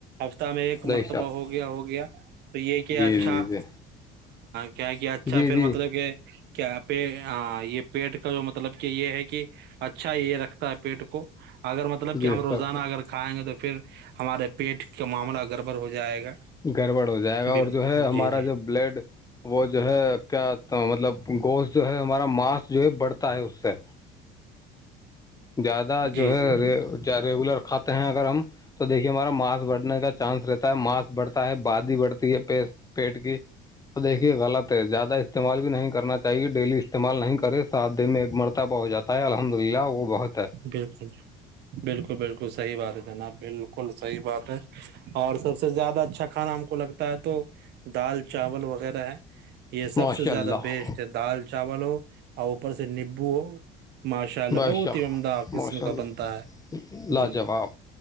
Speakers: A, on the right; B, on the left.
A: ہفتہ میں ایک مرتبہ
B: جی صاحب
A: ہو گیا ہو گیا تو یہ کہ
B: جی
A: اچھا
B: جی جی
A: کیا کہ اچھا
B: جی
A: پھر
B: جی
A: مطلب کہ کیا پ یہ پیٹ کا جو مطلب کہ یہ ہے کہ اچھا یہ رکھتا ہے پیٹ کو اگر مطلب
B: جی
A: کہ ہم روزانہ
B: سب
A: اگر کھائیں گے تو پھر ہمارے پیٹ کا معاملہ گڑبڑ ہو جائے گا
B: گڑبڑ ہو جائے گا
A: بالکل
B: اور جو ہے ہمارا
A: جی جی
B: جو بلڈ وہ جو ہے کیا مطلب گوشت جو ہے ہمارا ماس جو ہے بڑھتا ہے اس سے زیادہ
A: جی
B: جو ہے
A: جی
B: ریگولر کھاتے ہیں اگر ہم تو دیکھیے ہمارا ماس بڑ کا چانس رہتا ہے ماسک بڑھتا ہے بادی بڑتی ہے پیسٹ پیٹ کی تو دیکھیے غلط ہے زیادہ استعمال بھی نہیں کرنا چاہیے ڈیلی استعمال نہیں ساتھ دے میں ایک مرتبہ ہو جاتا ہے الحمد للہ وہ بہت ہے
A: بالکل بالکل بالکل سحی بات ہے جناب بالکل صحی بات ہے اور سب سے زیادہ اچھا کھانا ہم کو لگتا ہے تو دال چاول وغیرہ ہے یہ سب
B: ماشاء
A: سے زیادہ
B: اللہ
A: بیسٹ ہے دال چاول ہو اور اوپر سے نیبو ہو ماشاء اللہ
B: باشق
A: بہت عمدہ قسم
B: ماشاء
A: کا
B: اللہ
A: بنتا ہے
B: لاجواب
A: جی